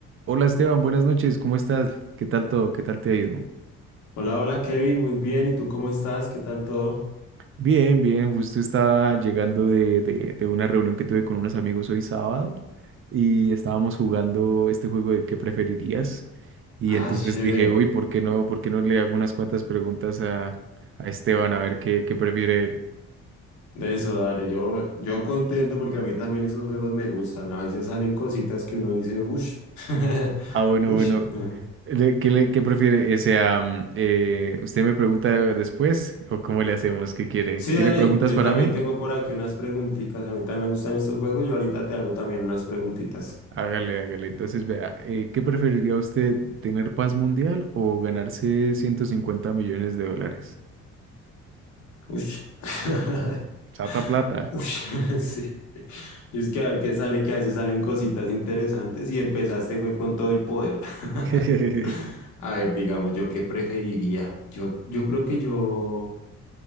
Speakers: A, on the right; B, on the left.
A: Hola Esteban, buenas noches, ¿cómo estás? ¿Qué tal todo? ¿Qué tal te ha ido?
B: Hola, hola Kevin, muy bien. ¿Y tú cómo estás? ¿Qué tal todo?
A: Bien, bien, justo estaba llegando de, de- de una reunión que tuve con unos amigos hoy sábado y estábamos jugando este juego de qué preferirías y
B: Ah,
A: entonces
B: chévere.
A: dije, uy, ¿por qué no, por qué no le hago unas cuantas preguntas a, a Esteban a ver qué, qué prefiere él?
B: De eso, dale. Yo, yo contento porque a mí también esos juegos me gustan. A veces salen cositas que uno dice, ush, <laughs>
A: Ah, bueno,
B: ush.
A: bueno,
B: Ujú.
A: le- ¿qué, le- qué prefiere? O sea, mm, eh, ¿usted me pregunta después o cómo le hacemos? ¿Qué quiere?
B: Sí,
A: ¿Tiene
B: dale.
A: preguntas
B: Yo
A: para
B: también
A: mí?
B: tengo por aquí unas preguntitas. A mí también me gustan estos juegos. Yo ahorita te hago también unas preguntitas.
A: Hágale, hágale. Entonces, vea, eh, ¿qué preferiría usted, tener paz mundial o ganarse 150 millones de dólares?
B: Uy. <laughs>
A: Sata plata.
B: Uy, <laughs> sí. Y es que a ver qué sale, que a veces salen cositas interesantes y empezaste fue con todo el poder. <laughs>
A: <laughs>
B: A ver, digamos, yo qué preferiría. Yo, yo creo que yo.